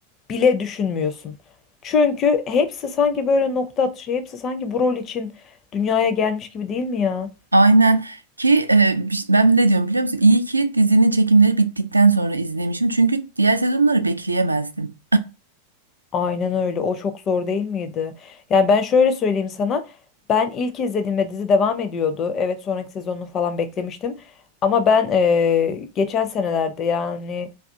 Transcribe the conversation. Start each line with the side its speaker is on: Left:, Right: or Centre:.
Left: bile düşünmüyorsun. Çünkü hepsi sanki böyle nokta atışı, hepsi sanki bu rol için dünyaya gelmiş gibi değil mi ya?
Right: Aynen ki e, biz- ben ne diyorum biliyor musun? İyi ki dizinin çekimleri bittikten sonra izlemişim. Çünkü diğer sezonları bekleyemezdim.
Left: Aynen öyle. O çok zor değil miydi? Yani ben şöyle söyleyeyim sana. Ben ilk izlediğimde dizi devam ediyordu. Evet sonraki sezonunu falan beklemiştim. Ama ben eee, geçen senelerde yani